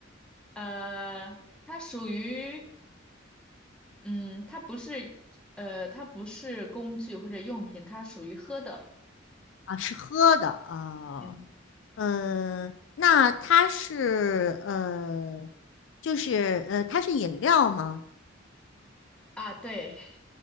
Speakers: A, in the centre; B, on the left.
A: 呃，它属于嗯，它不是呃，它不是工具或者用品，它属于喝的。
B: 啊，是喝的啊。
A: 嗯
B: 嗯，那它是呃，就是呃，它是饮料吗？
A: 啊，对，